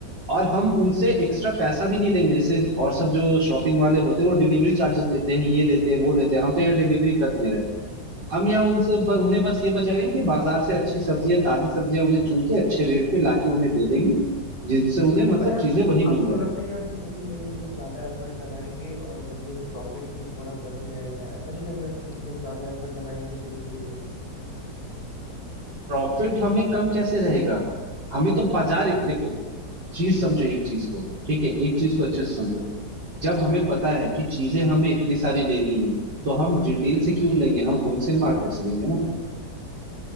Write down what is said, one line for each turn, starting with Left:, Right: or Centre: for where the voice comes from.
Right: और हम उनसे एक्स्ट्रा पैसा भी नहीं लेंगे जैसे और सब जो शॉपिंग वाले होते हैं वो डिलीवरी चार्जेस लेते हैं ये लेते हैं वो लेते हैं हम तो यहाँ डिलीवरी कर दे रहे हैं हम यहाँ उनसे ब, उन्हें बस ये बचाएंगे कि बाजार से अच्छी सब्जियां ताजी सब्जियां उन्हें चुन के अच्छे रेट पे लाके उन्हें दे देंगे जिनसे उन्हें मतलब
Left: पर यार
Right: चीजें वही
Left: आपको
Right: मिल जाए
Left: लग नहीं रहा कि कहीं ना कहीं हम लोग ज्यादा एफर्ट लगाएंगे और बदले में प्रॉफिट भी थोड़ा कम ही रहेगा ऐसा नहीं लग रहा कि हम लोग ज्यादा एफर्ट लगाएंगे शुरू शुरू में
Right: प्रॉफिट हमें कम कैसे रहेगा हमें तो बाजार देखो चीज समझो एक चीज को ठीक है एक चीज को अच्छे से समझो जब
Left: हाँ
Right: हमें पता है कि चीजें हमें इतनी सारी लेनी है तो हम रिटेल से क्यों लेंगे हम होलसेल मार्केट से लेंगे ना